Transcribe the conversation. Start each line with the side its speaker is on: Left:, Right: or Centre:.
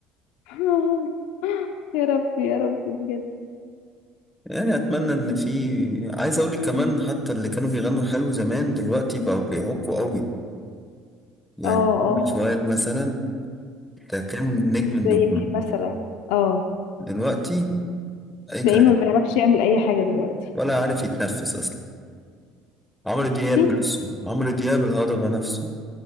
Left: <laughs> يا ربي يا ربي بجد
Centre: يعني أتمنى إن في عايز أقول لك كمان حتى اللي كانوا بيغنوا حلو زمان دلوقتي بقوا بيعقوا قوي يعني
Left: اه اه
Centre: محمد فؤاد
Left: اه
Centre: مثلا ده كان نجم
Left: زي
Centre: النجوم
Left: مين مثلا اه
Centre: دلوقتي أي
Left: تلاقيه
Centre: كلام
Left: ما بيعرفش يعمل اي حاجة دلوقتي
Centre: ولا عارف يتنفس أصلا عمرو دياب
Left: في
Centre: نفسه عمرو دياب الهضبة نفسه